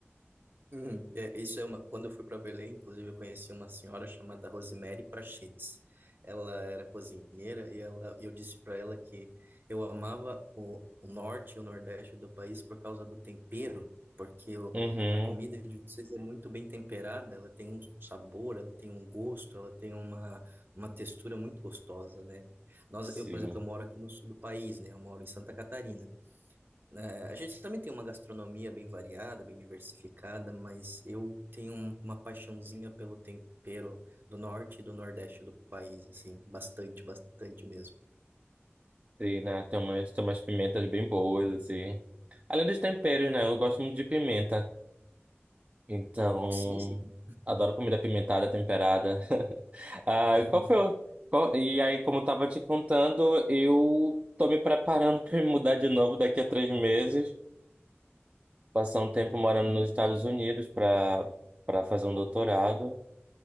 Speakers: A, on the right; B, on the right.
A: Uhum. É, isso é uma. Quando eu fui para Belém, inclusive, eu conheci uma senhora chamada Rosemary Prachedes. Ela era cozinheira e ela, eu disse para ela que eu amava o, o norte e o nordeste do país por causa do tempero, porque o,
B: Uhum.
A: a comida de vocês é muito bem temperada, ela tem um sabor, ela tem um gosto, ela tem uma, uma textura muito gostosa, né? Nós,
B: Sim.
A: eu, por exemplo, eu moro aqui no sul do país, né? Eu moro em Santa Catarina. É, a gente também tem uma gastronomia bem variada, bem diversificada, mas eu tenho um- uma paixãozinha pelo tempero do norte e do nordeste do país, assim, bastante, bastante mesmo.
B: Sim, né? Tem umas, tem umas pimentas bem boas, assim. Além dos temperos, né? Eu gosto muito de pimenta. Então.
A: Sim, sim.
B: Adoro comida pimentada, temperada. <laughs> Ah,
A: Uhum,
B: e qual foi o... qual- E aí, como eu tava te contando, eu tô me preparando pra me mudar de novo daqui a três meses. passar um tempo morando nos Estados Unidos para para fazer um doutorado.